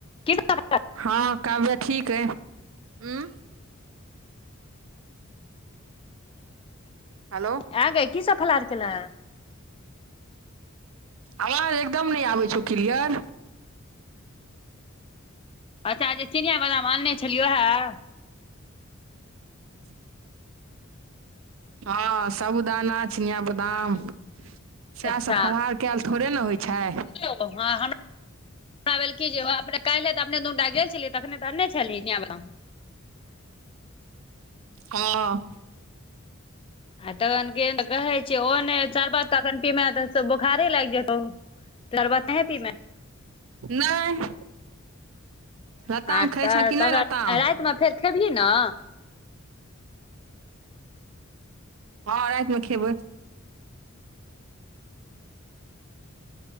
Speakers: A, on the left; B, on the right.
A: की सब
B: हँ काव्या ठीक अइ ऊँ?
A: <inaudible>
B: हेलो
A: ऐं गे की सब फलहार केलें?
B: अवाज एकदम नै आबै छौ क्लियर।
A: अच्छा जे चिनिया बादाम आनने छलियौ ओहे?
B: <inaudible> हँ, सबूदाना, चिनियाँ बदाम सैऽह
A: अच्छा
B: सब फलहार कैऽल थोड़े न होइ छै?
A: लो, हाँ हम हमरा भेल की जे ओ अपने काल्हे तऽ अपने दुन टा गेल छलै तखने तऽ अनने छलै चिनयाॅं बदाम।
B: हँ।
A: आ तकन किदैन तऽ कहै छै? ओ नै चरबत त अखन पिमैंऽ त बोखारे लाइग जेतौ। लरबा तैंइ पीने
B: नहि लताम
A: हॉं
B: खाइ
A: तऽ
B: छें कि
A: तकन
B: नहि लताम
A: राईत में फेर खेबहीं ना?
B: हँ राईत में खेबै।